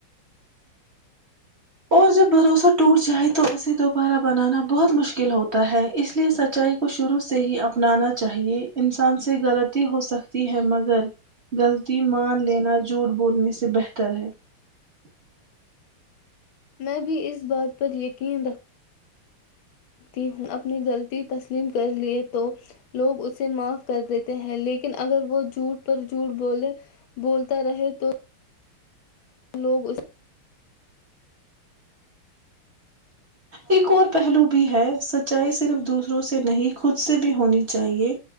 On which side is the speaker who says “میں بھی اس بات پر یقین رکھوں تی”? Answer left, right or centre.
Left